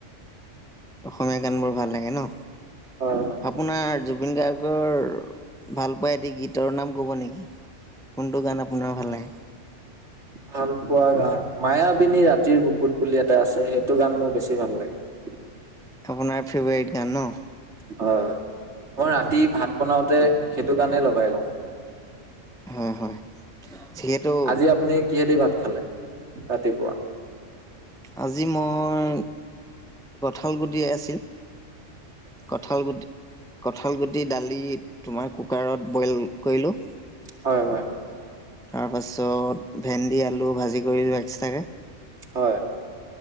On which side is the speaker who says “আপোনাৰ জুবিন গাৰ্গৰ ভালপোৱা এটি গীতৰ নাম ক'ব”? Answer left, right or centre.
Centre